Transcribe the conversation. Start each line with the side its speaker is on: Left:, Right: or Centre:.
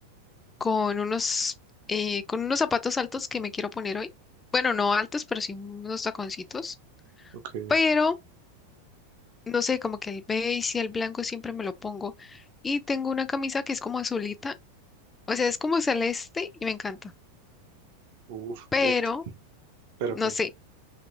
Left: con unos, eh, con unos zapatos altos que me quiero poner hoy. Bueno, no altos, pero sí unos taconcitos.
Right: Ok.
Left: Pero, no sé, como que el beige y el blanco siempre me lo pongo. Y tengo una camisa que es como azulita, o sea, es como celeste y me encanta.
Right: Uf,
Left: Pero,
Right: ent- ¿pero
Left: no
Right: qué?
Left: sé,